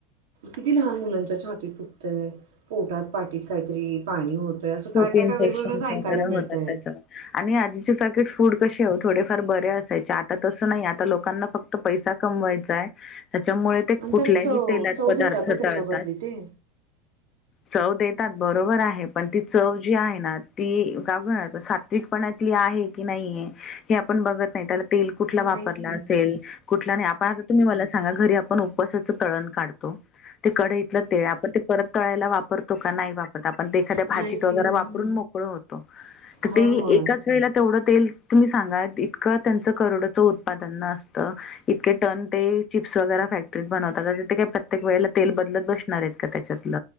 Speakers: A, on the right (about 75°); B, on the left (about 40°).
A: किती लहान मुलांच्या छातीत दुखतंय, पोटात पाटीत काहीतरी पाणी होतय, असं काय
B: खूप
A: काय
B: इन्फेक्शन्स
A: काय वेगवेगळंच ऐकायला
B: वगैरे
A: मिळतयं.
B: होतात त्याच्यामुळे आणि आधीचे पॅकेट फूड कसे ओ थोडेफार बरे असायचे आता तसं नाही, आता लोकांना फक्त पैसा कमवायचा आहे, त्याच्यामुळे ते
A: आणि
B: कुठल्याही
A: त्यात चव
B: तेलात
A: चव
B: पदार्थ
A: देतात हो त्याच्या
B: तळतात.
A: बदली ते
B: चव देतात बरोबर आहे. पण ती चव जी आहे न, ती <unintelligible> प सात्विक पणातली आहे की नाहीये हे आपण बघत नाही, त्याला तेल कुठला
A: नाहीच
B: वापरला
A: की
B: असेल कुठला नाही आपण आता तुम्ही मला सांगा घरी आपण उपवासाच तळण काढतो, ते कढईत ते आपण ते परत तळायला वापरतो का नाही वापरत आपण ते एखाद्या भाजीत
A: नाहीच
B: वैगेरे
A: घेईन
B: वापरून मोकळे होतो
A: होय
B: ते हि
A: होय
B: एकाच तेवढं तेल तुम्ही सांगा इतकं त्यांच करोडचं उत्पादन नसतं इतके टन ते चिप्स वगैरे फॅक्टरीत बनवतात ते काय प्रत्येक वेळेला तेल बदलत बसणार आहेत त्याच्यातल